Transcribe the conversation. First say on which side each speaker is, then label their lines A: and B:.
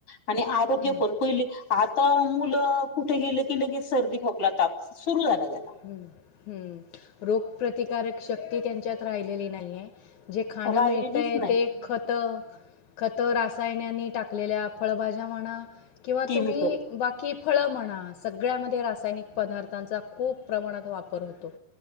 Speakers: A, on the left (about 50°); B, on the left (about 75°).
A: आणि आरोग्य
B: हं.
A: पण पहिले आता मुलं कुठे गेले की लगेच सर्दी, खोकला, ताप सुरू झाला त्याला
B: हम्म-हम्म, रोग प्रतिकारक शक्ती त्यांच्यात राहिलेली नाहीये. जे खाणं
A: राहिलेलीच
B: मिळतंय
A: नाही
B: ते खत-खत रासायनानी टाकलेल्या फळभाज्या म्हणा किंवा
A: केमिकल
B: तुम्ही बाकी फळं म्हणा सगळ्यामध्ये रासायनिक पदार्थांचा खूप प्रमानात वापर होतो